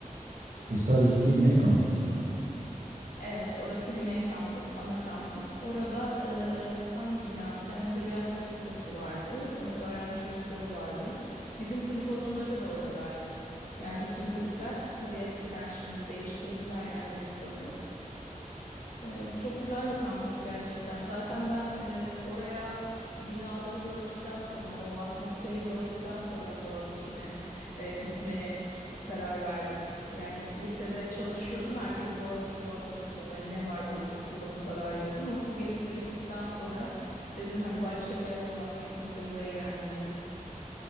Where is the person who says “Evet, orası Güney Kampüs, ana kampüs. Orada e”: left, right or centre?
Left